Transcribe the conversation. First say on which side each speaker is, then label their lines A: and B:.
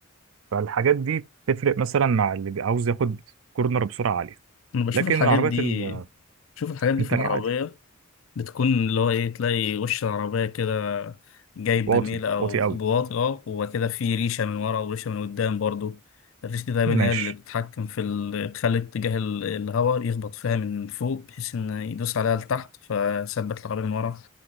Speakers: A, on the right; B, on the left.
A: فالحاجات دي تفرق مثلا مع اللي بي- عاوز ياخد كورنر بسرعة عالية
B: انا بشوف
A: لكن
B: الحاجات
A: العربيات
B: دي
A: ال-
B: بشوف الحاجات دي
A: التانية
B: في العربية
A: عادي
B: بتكون اللي هو ايه تلاقي وش العربية كده جايب
A: واطي
B: بميل او
A: واطي قوي
B: بواطي اه وكده في ريشة من ورا وريشة من قدام برضو الريشة دي دايما
A: ماشي
B: هي اللي بتتحكم في ال... تخلي اتجاه ال- الهواء يخبط فيها من فوق بحيث ان يدوس عليها لتحت فثبت العربية من ورا